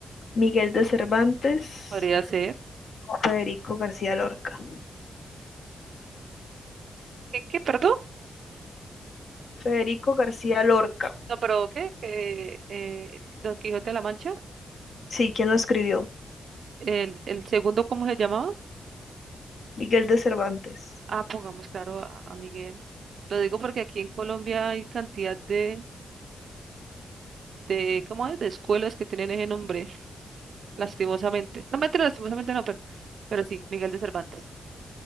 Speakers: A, on the left; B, on the right.
A: Miguel de Cervantes,
B: Podría ser.
A: Federico García Lorca.
B: ¿Qué, qué, perdón?
A: Federico García Lorca.
B: No, pero ¿qué? ¿Qué, eh, Don Quijote de la Mancha?
A: Sí, ¿quién lo escribió?
B: ¿El, el segundo cómo se llamaba?
A: Miguel de Cervantes.
B: Ah, pongamos claro a, a Miguel. Lo digo porque aquí en Colombia hay cantidad de, de, ¿cómo es? De escuelas que tienen ese nombre, lastimosamente. No, mentira, lastimosamente no, pero, pero sí, Miguel de Cervantes.